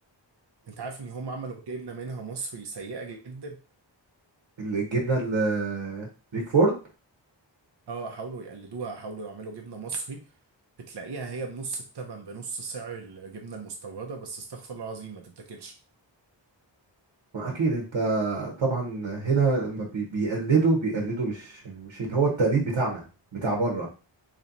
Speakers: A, on the right; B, on the right.
A: انت عارف ان هم عملوا جبنه منها مصري سيئه جدا
B: والجبنة الريكفورد
A: اه حاولوا يقلدوها حاولوا يعملوا جبنه مصري بتلاقيها هي بنص التمن بنص سعر الجبنه المستورده بس استغفر الله العظيم ما تتاكلش
B: ما اكيد انت طبعا هنا لما بي- بيقلدوا بيقلدوا مش مش اللي هو التقليد بتاعنا بتاع بره